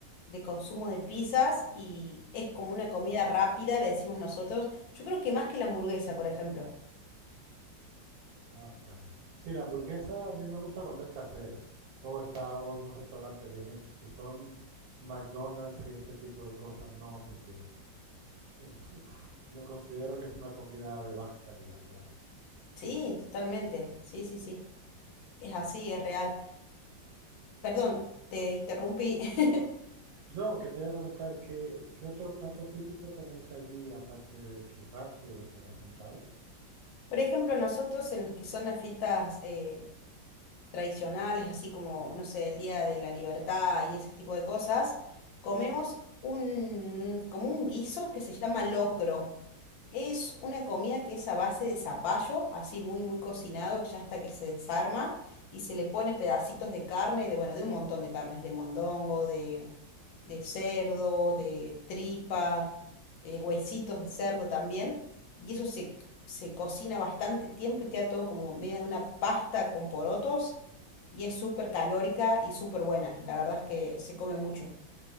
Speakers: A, on the left (about 75°); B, on the right (about 80°).
A: de consumo de pizzas y es como una comida rápida, le decimos nosotros. Yo creo que más que la hamburguesa, por ejemplo.
B: Ah, claro. Sí, la hamburguesa a mí me gusta cuando es casera o está o en un restaurante bien hecho. Si son McDonald's y ese tipo de cosas, no, porque eh, <laughs> lo considero que es una comida de baja calidad, claro.
A: Sí, totalmente. Sí, sí, sí. Es así, es real. Perdón, te interrumpí. <laughs>
B: No, que te iba a preguntar, ¿qué, qué otro plato típico tenéis allí aparte del churrasco y los que me has contado?
A: Por ejemplo, nosotros en los que son las fiestas eh, tradicionales, así como, no sé, el Día de la Libertad y ese tipo de cosas, comemos un, como un guiso que se llama locro. Es una comida que es a base de zapallo, así muy, muy cocinado, ya hasta que se desarma, y se le pone pedacitos de carne, de, bueno, de un montón de carnes, de mondongo, de, de cerdo, de tripa, eh, huesitos de cerdo también, y eso se, se cocina bastante tiempo y queda todo como medio de una pasta con porotos, y es súper calórica y súper buena, la verdad es que se come mucho.